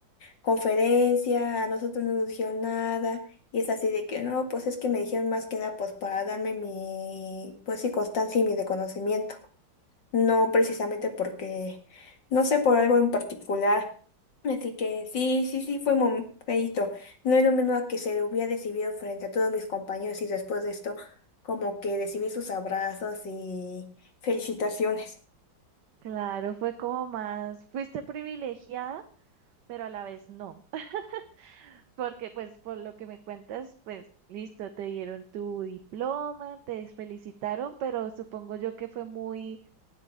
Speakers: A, on the left; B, on the right.
A: conferencia, a nosotros no nos dijeron nada, y es así de que no, pues es que me dijeron más que nada pues para darme mi, pues sí, constancia y mi reconocimiento, no precisamente porque, no sé, por algo en particular. Así que sí, sí, sí, fue mom- feíto. No es lo mismo a que se le hubiera recibido frente a todos mis compañeros y después de esto, como que recibí sus abrazos y felicitaciones.
B: claro, fue como más, fuiste privilegiada, pero a la vez no. <laughs> Porque pues por lo que me cuentas, pues listo, te dieron tu diploma, te felicitaron, pero supongo yo que fue muy